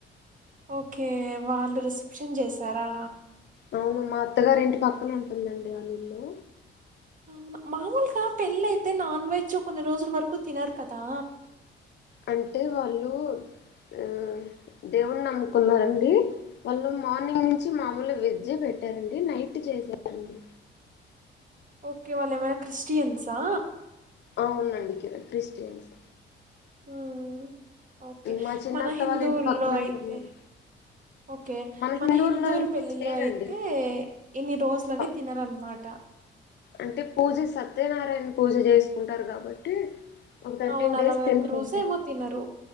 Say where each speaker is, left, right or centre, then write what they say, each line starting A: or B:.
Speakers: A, on the right; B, on the left.
A: ఒకే వాళ్ళు రిసెప్షన్ జేశారా
B: అవును మా అత్తగారి ఇంటి పక్కన ఉంటుందండి ఆ ఇల్లు
A: అవునా మామూలుగా పెళ్ళైతే నాన్వెజ్ కొన్ని రోజుల వరకు తినరు కదా
B: అంటే వాళ్ళు ఆ దేవడ్ని నమ్ముకున్నారండి వాళ్ళు మార్నింగ్ నుంచి మామూలు వేజే పెట్టారండి నైట్ చేశారండీ
A: ఒకే వాళ్ళేమైనా క్రిస్టయన్సా
B: అవునండి క్రిస్టియన్స్
A: ఆ ఆ ఒకే
B: మా చిన్నత్త
A: మన హిందువుల్లోయైతే
B: వాళ్ళ ఇంటి పక్కన ఉంటున్నాను
A: ఒకే
B: హిందువుల్లో
A: మన హిందువుల్
B: అయితే
A: పెళ్లిలైతే
B: చేయరండి
A: ఇన్ని రోజులన్ని
B: ప-
A: తిన్నారాన్మాట
B: అంటే పూజ సత్యనారాయణ పూజ జేసుకుంటారు కాబట్టి ఒక థర్టీన్
A: అవును నలభై
B: డేస్ తిట్టవండి
A: ఒక్క రోజు ఏమో తినరు